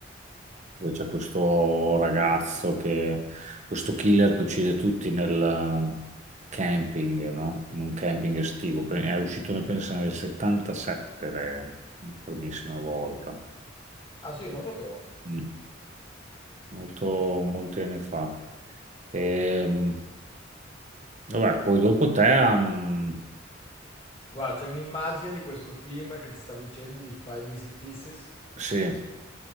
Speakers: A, on the right; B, on the left.
A: dove c'è questo ragazzo che, questo killer che uccide tutti nel camping, no? In un camping estivo. Pe- È uscito, ne penso, nel 77, re, la primissima volta.
B: Ah sì, non lo sapevo.
A: Mm. Molto, molti anni fa. Ehm, vabbè, poi dopo te, ehm,
B: Guarda, c'è un'immagine di questo film che ti stavo dicendo di Five Easy Pieces,
A: sì,